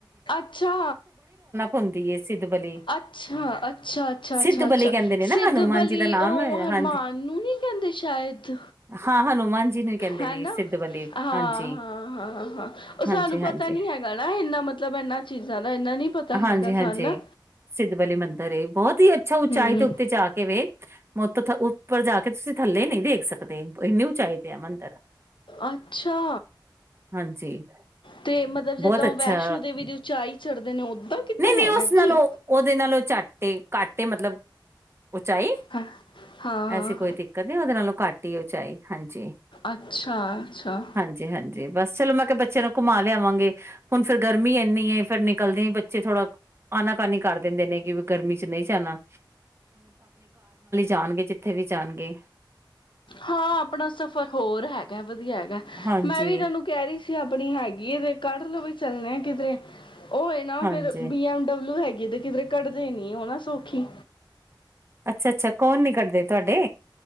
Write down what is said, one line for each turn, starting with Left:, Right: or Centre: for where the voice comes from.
Left: ਅੱਛਾ
Right: ਹੁੰਦੀ ਹੈ ਸਿੱਧ ਬਲੀ।
Left: ਅੱਛਾ, ਅੱਛਾ ਅੱਛਾ
Right: ਸਿੱਧ
Left: ਅੱਛਾ।
Right: ਬਲੀ ਕਹਿੰਦੇ
Left: ਸਿੱਧ
Right: ਨੇ ਨਾ ਹਨੂੰਮਾਨ
Left: ਬਲੀ
Right: ਜੀ ਦਾ ਨਾਮ
Left: ਉਹ
Right: ਹੈ।
Left: ਹਨੂੰਮਾਨ
Right: ਹਾਂਜੀ।
Left: ਨੂੰ ਨੀਂ ਕਹਿੰਦੇ ਸ਼ਾਇਦ
Right: ਹਾਂ ਹਨੂੰਮਾਨ ਜੀ ਨੂੰ ਹੀ ਕਹਿੰਦੇ
Left: ਹੈਨਾ।
Right: ਨੇ ਸਿੱਧ ਬਲੀ
Left: ਹਾਂ। ਹਾਂ
Right: ਹਾਂਜੀ,
Left: ਹਾਂ ਹਾਂ ਉਹ
Right: ਹਾਂਜੀ,
Left: ਸਾਂਨੂੰ ਪਤਾਂ
Right: ਹਾਂਜੀ।
Left: ਨੀਂ ਹੈਗਾ ਨਾਂ ਇੰਨਾਂ ਮੱਤਲਬ ਇਹਨਾਂ ਚੀਜ਼ਾਂ ਦਾ ਇਨਾਂ ਨੀਂ ਪਤਾਂ ਹੈਗਾ
Right: ਹਾਂਜੀ,
Left: ਸਾਨੂੰ।
Right: ਹਾਂਜੀ ਸਿੱਧ ਬਲੀ ਮੰਦਿਰ ਏ ਬਹੁਤ ਹੀ। ਅੱਛਾ
Left: ਹੂੰ
Right: ਚਾਹੇ ਤੇ ਉੱਤੇ ਜਾਂ ਕੇ ਵੇਖ ਮਤ ਉੱਪਰ ਜਾਂ ਕੇ ਤੁਸੀਂ ਥੱਲੇ ਨਹੀਂ ਦੇਖ ਸਕਦੇ। ਏਨੀਂ ਉੱਚਾਈ ਤੇ ਆ ਮੰਦਿਰ।
Left: ਅੱਛਾ।
Right: ਹਾਂਜੀ,
Left: ਤੇ ਮੱਤਲਬ ਜਿੰਦਾਂ
Right: ਬਹੁਤ ਅੱਛਾ
Left: ਵੈਸ਼ਨੋ ਦੇਵੀਂ ਦੀ ਉੱਚਾਈ। ਚੜਦੇ ਨੇ ਉਦਾਂ ਕਿੱਦਾਂ
Right: ਨਹੀਂ
Left: ਹੈਗਾ
Right: ਨ ਉਹ ਨਾਲੂੰ
Left: ਕੀ
Right: ਉਹਓਦੇ ਨਲ ਚਾਟ ਤੇ ਘੱਟ ਮਤਲਬ ਉਚਾਈ
Left: ਹਾਂ ਹਾਂ
Right: ਐਸੀ ਕੋਈ ਦਿੱਕਤ ਨ ਉਹਦੇ ਨਾਲੋਂ ਘੱਟ ਹੀ ਉਚਾਈ ਹਾਂਜੀ
Left: ਅੱਛਾ ਅੱਛਾ
Right: ਹਾਂਜੀ ਹਾਂਜੀ ਬਸ ਚਲੋ ਮੈਂ ਕਿਹਾ ਬੱਚੇ ਨੂੰ ਘੁੰਮਾ ਲਿਆਵਾਂਗੇ ਹੁਣ ਫੇਰ ਗਰਮੀ ਇੰਨੀਏ ਫੇਰ ਨਿਕਲਦੇ ਬੇ 'ਚ ਥੋੜਾ ਆਨਾਕਾਨੀ ਕਰ ਦਿੰਦੇ ਨੇ ਕਿ ਵੀ ਗਰਮੀ ਚ ਨਹੀਂ ਜਾਆਣਾ। ਜਾਣਗੇ ਜਿੱਥੇ ਵੀ ਜਾਣਗੇ
Left: ਹਾਂ ਆਪਣਾ ਸਫ਼ਰ ਹੋਰ ਹੈਗਾ ਵਧੀਆ ਹੈਗਾ
Right: ਹਾਂਜੀ
Left: ਮੈਂ ਵੀ ਇਹਨਾਂ ਨੂੰ ਕਹਿ ਰਹੀ ਸੀ ਆਪਣੀ ਹੈਗੀ ਏ ਤੇ ਕੱਢ ਲਵੇ ਚੱਲਣੇ ਕਿਧਰੇ ਹੋਏ ਨਾ
Right: ਹਾਂਜੀ।
Left: ਫਿਰ ਬੀ ਐੱਮ ਡਬਲਿਊ ਹੈਗੀ। ਕਿਧ ਕਿਧਰੇ ਕੱਢਦੇ ਨੀ ਉਹ ਨਾ ਸੌਖੀ
Right: ਅੱਛਾ ਅੱਛਾ ਕੌਣ ਨੀ ਕੱਢਦੇ ਤੁਹਾਡੇ।